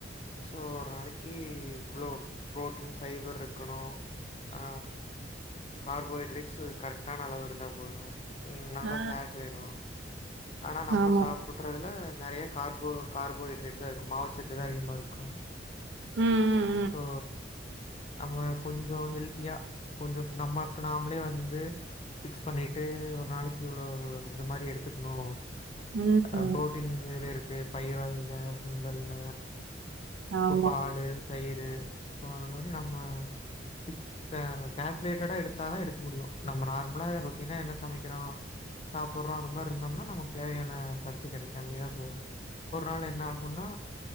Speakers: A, on the left; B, on the right.
A: சோ ஒரு நாளைக்கி இவ்ளோ புரோட்டீன் ஃபைபர் இருக்கணு ஆ கார்போஹைட்ரேட்ஸ் கரெக்டான அளவு இருந்தா போது ம் நல்லா
B: ஆ.
A: ஃபேட் வேணு ஆனா நம்ம
B: ஆமா.
A: சாப்புட் ண்றதுல நறைய கார்போ கார்போஹைட்ரேட் தா இருக்கு மாவுசத்து தா அதிகமா இருக்கும்
B: ம் ம்
A: ஸோ, நம்ம கொஞ்சொ ஹெல்த்தியா கொஞ்சோ நமக் நாம்ளே வந்து ஃபிக்ஸ் பண்ணீட்டு ஒரு நாளைக் இவ்ளோ இந்த மாரி எடுத்துக்கணு
B: ம், ம்.
A: அ
B: ம்.
A: ப்ரோட்டீன் எதுல இருக்கு பயிர் வகைல, சுண்டல்ல இப்ப
B: ஆமா.
A: பாலு, தயிரு இப்போ அந்த மாரி நம்ம ஃபிக்ஸ் க கால்க்லேட்டடா எடுத்தாதா எடுக் முடியு நம்ம நார்மலா ரொட்டீனா என்ன சமைக்கிறோ சாப்பட்றோ அந்த மார் இருந்தம்னா நமக் தேவையான சத்து கெடைக்காமயே தா போவு ஒரு நாள் என்னாகுன்னா